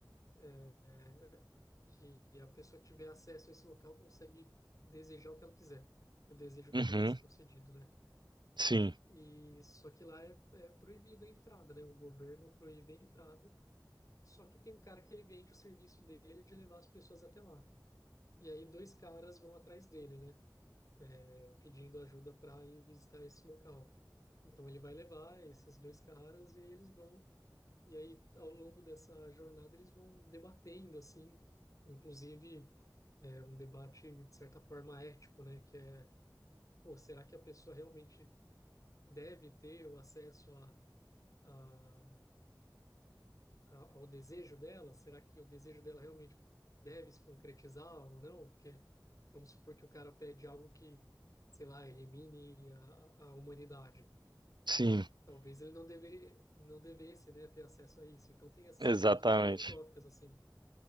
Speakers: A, on the left; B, on the right.
A: é, é, que a pessoa que tiver acesso a esse local consegue desejar o que ela quiser. O desejo
B: Uhum,
A: dela vai ser concedido, né?
B: sim,
A: E só que lá é, é proibido a entrada, né? O governo proíbe a entrada. Só que tem um cara que ele vende o serviço dele de levar as pessoas até lá. E aí dois caras vão atrás dele, né? é, pedindo ajuda para ir visitar esse local. Então ele vai levar esses dois caras e aí eles vão e aí ao longo dessa jornada eles vão debatendo assim, inclusive é, um debate de certa forma ético, né? Que é, pô, será que a pessoa realmente deve ter o acesso a, a a- ao desejo dela? Será que o desejo dela realmente deve se concretizar ou não? Porque vamos supor que o cara pede algo que, sei lá, elimine a, a humanidade.
B: sim,
A: Talvez ele não deveria, não devesse, né, ter acesso a isso. Então tem essas
B: exatamente.
A: questões bem filosóficas assim.